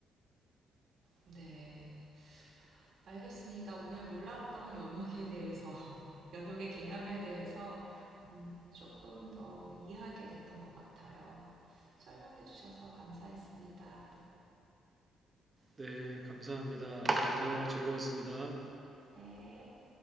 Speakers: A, on the right; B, on the right.
A: 네. 알겠습니다. 오늘 몰랐던 연옥에 대해서, <laughs> 연옥의 개념에 대해서 음, 조금 더 이해하게 됐던 것 같아요. 설명해 주셔서 감사했습니다.
B: 네, 감사합니다. 오늘 대화가 즐거웠습니다.
A: 네.